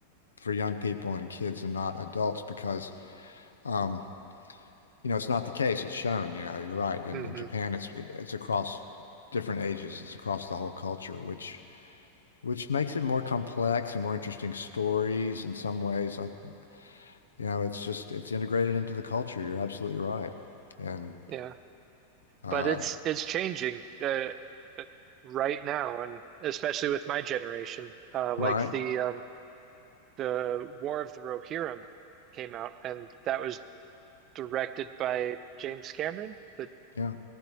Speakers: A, on the left (about 70°); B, on the right (about 35°).
A: for young people and kids and not adults because, um, you know, it's not the case. It's shown, you know, you're right. In,
B: hmm
A: in Japan, it's it, it's across different ages. It's across the whole culture, which which makes it more complex and more interesting stories in some ways. I, You know, it's just it's integrated into the culture. You're absolutely right. And
B: Yeah,
A: uh
B: but it's it's changing uh, uh, right now, and especially with my generation. Uh,
A: right.
B: like the um, the War of the Rohirrim came out, and that was directed by James Cameron. But
A: Yeah.